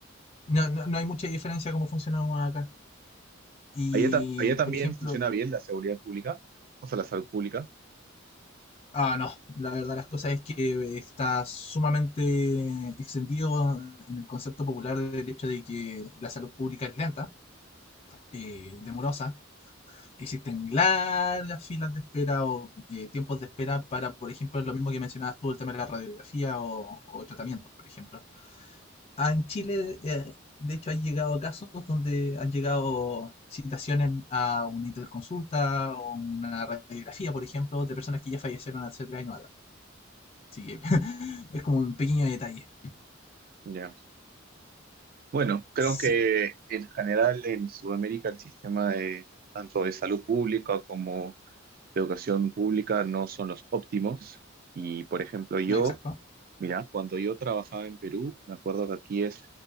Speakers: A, on the left; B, on the right.
A: no, no, no hay mucha diferencia cómo funcionamos acá. Y,
B: Allá, ta- allá también
A: por ejemplo,
B: funciona bien la seguridad pública, o sea, la salud pública.
A: ah, no, la verdad las cosas es que está sumamente extendido en el concepto popular del hecho de que la salud pública es lenta, eh, demorosa, existen largas filas de espera o eh, tiempos de espera para, por ejemplo, lo mismo que mencionabas tú, el tema de la radiografía o, o tratamientos, por ejemplo. Ah, en Chile, eh, de hecho, han llegado casos donde han llegado citaciones a una interconsulta o una radiografía, por ejemplo, de personas que ya fallecieron hace tres años atrás. Así que <laughs> es como un pequeño detalle.
B: Ya. Bueno, creo
A: Sí,
B: que en general en Sudamérica el sistema de tanto de salud pública como de educación pública no son los óptimos. Y por ejemplo, yo,
A: exacto.
B: mira, cuando yo trabajaba en Perú, me acuerdo que aquí es,